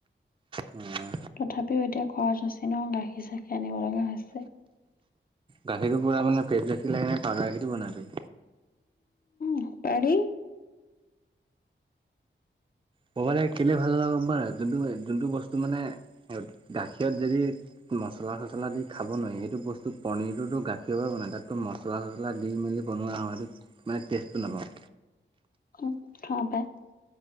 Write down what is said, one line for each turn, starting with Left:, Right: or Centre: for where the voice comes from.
Right: উম।
Left: তথাপিও এতিয়া খৰচ আছে ন। গাখীৰ-চাখিৰ আনিব লগা হৈছে।
Right: গাখীৰটো পূৰা মানে পেক গাখীৰ লাগে নে? পাউদাৰ গাখীৰটো বনাবি।
Left: উ পাৰি।
Right: ক'বালে কেলে ভাল লগে গম পা নে নাই। যোনটো, যোনটো বস্তু মানে গাখীৰত যদি মছলা চছলা দি খাব নোৱাৰি সেইটো বস্তু পনীৰটোতো গাখীৰ পৰা বনায়। তাততো মছলা চছলা দি মেলি বনোৱা হয়টো। মানে টেষ্টটো নাপাওঁ।
Left: উ খোৱা পাই